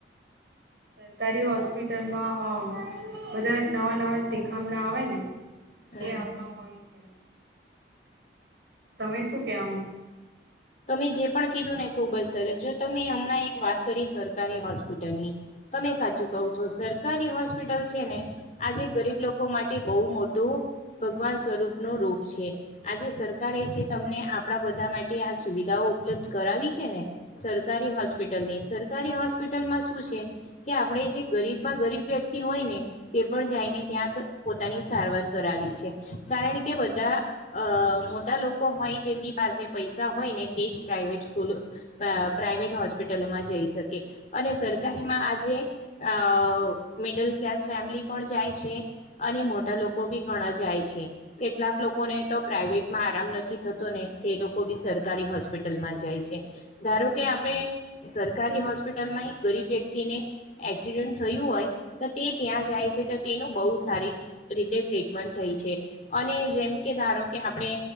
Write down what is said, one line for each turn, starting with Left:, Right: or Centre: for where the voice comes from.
Right: સરકારી હોસ્પિટલમાં બધા નવા નવા શિખામણા આવે ને
Left: હમ
Right: એ આવતા હોય છે. તમે શું કેવામા
Left: તમે જે પણ કીધું ને ખુબ જ સર જો તમે હમણાં એક વાત કરી સરકારી હોસ્પિટલની તમે સાચું કહું છો સરકારી હોસ્પિટલ છે ને આજે ગરીબ લોકો માટે બહુ મોટું ભગવાન સ્વરૂપ નો રૂપ છે આજે સરકાર એ છે. તમને આપણા બધા માટે આ સુવિધાઓ ઉપલબ્ધ કરાવી છે ને સરકારી હોસ્પિટલ ની સર સરકારી હોસ્પિટલમાં શું છે કે આપણે જે ગરીબમાં ગરીબ વ્યક્તિ હોય ને તે પણ જાયને ત્યાં પોતાની સારવાર કરાવી છે કારણ કે બધા અ મોટા લો કો હોય જેમની પાસે પૈસા હોય ને તે જ પ્રાઇવેટ સ્કૂલો અ પ્રાઇવેટ હોસ્પિટલમાં જે જઈ શકે સરકારીમાં આજે અ મિડલ ક્લાસ ફેમિલી પણ જાય છે અને મોટા લોકો ભી ઘણા જાય છે કેટલાક લોકોને તો પ્રાઈવેટ માં આરામ ન થી થતો ને તે લોકો બી સરકારી હોસ્પિટલમાં જાય છે ધારો કે આપણે સરકાર રી હોસ્પિટલમાં એક ગરીબ વ્યક્તિને એક્સિડન્ટ થયું હોય તો તે ત્યાં જાય છે તો તેનું બહુ સારી રીતે ટ્રીટમેન્ટ થઈ છે અને જેમ કે ધારો કે આપણે